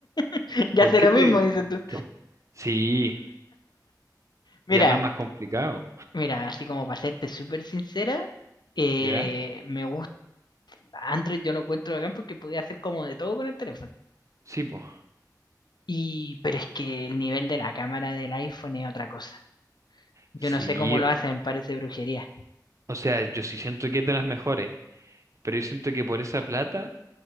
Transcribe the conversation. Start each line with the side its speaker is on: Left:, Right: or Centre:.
Left: <laughs> Ya
Right: ¿Por
Left: sé
Right: qué
Left: lo
Right: te...?
Left: mismo, dices tú.
Right: cambiaste? Sí,
Left: Mira,
Right: ya más más complicado,
Left: mira, así como para serte súper sincera, eh,
Right: ¿ya?
Left: me gusta. Android yo lo encuentro acá porque podía hacer como de todo con el teléfono.
Right: Sí, pues.
Left: Y, pero es que el nivel de la cámara del iPhone es otra cosa. Yo
Right: Sí,
Left: no sé cómo lo hacen, parece brujería.
Right: o sea, yo sí siento que es de las mejores, pero yo siento que por esa plata...